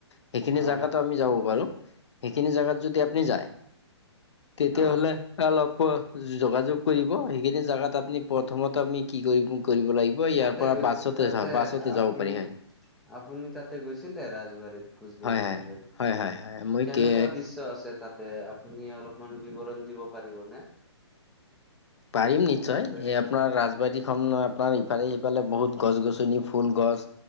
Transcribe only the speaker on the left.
সেইখিনি
জাগাতো আমি যাব পাৰোঁ, সেইখিনি জাগাত যদি আপুনি যায় তেতিয়া
হ'লে অলপ যোগাযোগ কৰিব, সেইখিনি জেগাত আপুনি প্ৰথমত আপুনি কি লাগিব ইয়াৰ
পৰা
বাছতে
যাওঁ, বাছতে
যাব পাৰি হয়।
হয় হয়
হয় হয় হয় মই
কে
পাৰিম নিশ্চয়,
এ আপোনাৰ ৰাজবাৰীখন আপোনাৰ ইফালে সিফালে বহুত গছ -গছনি, ফুল, গছ